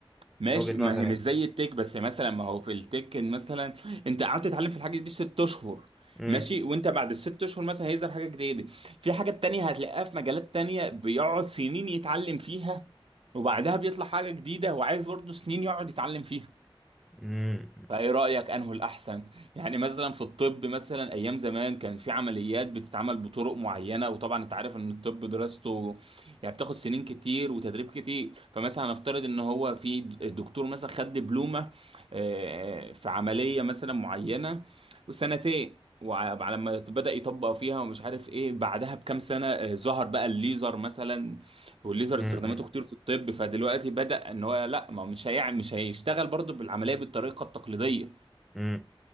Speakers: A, on the right (about 75°); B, in the centre.
A: ماشي
B: من وجهه
A: ما
B: نظري
A: هي
B: يعني
A: مش زي التك بس مثلا ما هو في التك إن مثلا انت قعدت تتعلم في الحاجة دي ست اشهر
B: امم
A: ماشي وانت بعد الست اشهر مثلا هيظهر حاجة جديدة في حاجة تانية هتلاقيها في مجالات تانية بيقعد سنين يتعلم فيها وبعدها بيطلع حاجة جديدة وعايز برضو سنين يقعد يتعلم فيها
B: امم
A: فايه رايك انه الاحسن يعني مثلا في الطب مثلا ايام زمان كان في عمليات بتتعمل بطرق معينه وطبعا انت عارف ان الطب دراسته يعني بتاخد سنين كتير وتدريب كتير فمثلا هنفترض ان هو في دكتور مثلا خد دبلومه آه، في عمليه مثلا معينه وسنتين وعلى ما بدأ يطبق فيها ومش عارف ايه بعدها بكام سنة آه، ظهر بقى الليزر مثلا والليزر
B: امم
A: استخداماته كتير في الطب فدلوقتي بدأ ان هو لا ما هو مش هيع مش هيشتغل برضه بالعمليه بالطريقه التقليديه
B: امم